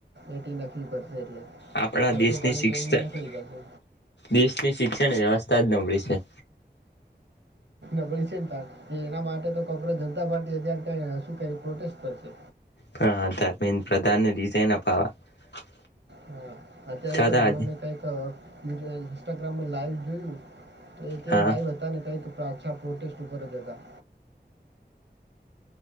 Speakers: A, on the right; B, on the left.
A: એટી નક્કી પડશે એટલે
B: આપણા
A: ખર્ચો
B: દેશની
A: પાણી
B: શિક્ષણ
A: તેમનું નીકળી જશે
B: દેશની શિક્ષણ વ્યવસ તાજ નબળી છે.
A: નબળી છે ને તાર એના માટે તો ખબર જનતા પાર્ટી અત્યારે શું કરી પ્રોટેસ્ટ કરશે
B: પણ ધારમીન પ્રધાનને રિઝઇન અપાવા
A: હમ અત્યારે
B: છતાં
A: પણ હમણાંને
B: જ
A: કઈક ઇન્સ્ટાગ્રામ પર લાઈવ જોયું. તો તેઓ
B: હા
A: લાઈવ હતા ને કંઈક પ્રા પ્રોટેસ્ટ ઉપર જ હતા